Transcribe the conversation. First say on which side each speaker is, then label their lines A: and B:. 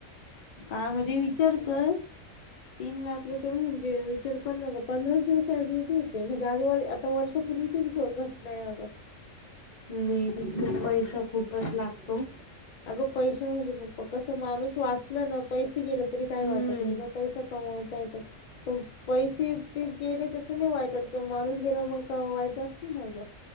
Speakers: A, on the left; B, on the left.
A: का म्हणजे विचार कर तीन लाख रुपये. म्हणजे विचार कर न ग पंधराच दिवस ऍडमिट होते म्हणजे आज वर आता वर्षापूर्वीचेच गो घ टना हाय ग.
B: नाही खूप पैसा खूपच लागतो.
A: अ ग पैसा म्हणजे बघ. कसं माणूस वाचलं ना पैसे गेले तरी काय
B: हम्म
A: वाटत नाही ग पैसा कमवता येतो. पण पैसे ते गेले त्याच नाही वाईट वाटत. माणूस गेला मग का वाईट वाटत ना ग